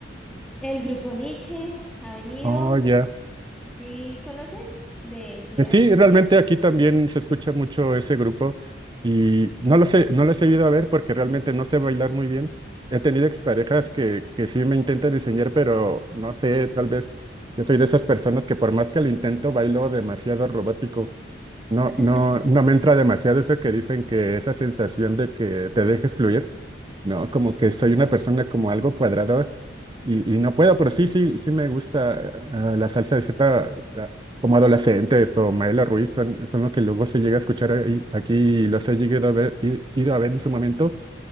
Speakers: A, in the centre; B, on the right.
A: El grupo Nietzsche ha venido.
B: Oh, ya.
A: ¿Sí conoces? De, sí,
B: Eh,
A: has,
B: Sí, realmente aquí también se escucha mucho ese grupo y no lo sé, no lo he ido a ver porque realmente no sé bailar muy bien. He tenido exparejas que, que sí me intentan enseñar, pero no sé, tal vez yo soy de esas personas que por más que lo intento, bailo demasiado robótico. No,
A: <laughs>
B: no, no me entra demasiado eso que dicen que esa sensación de que te dejes fluir. No, como que soy una persona como algo cuadrada y, y no puedo, pero sí, sí, sí me gusta eh, la salsa de Z ah, como Adolescentes o Maela Ruiz, son, son lo que luego se llega a escuchar ahí- aquí y los he llegado a ver, i- ido a ver en su momento,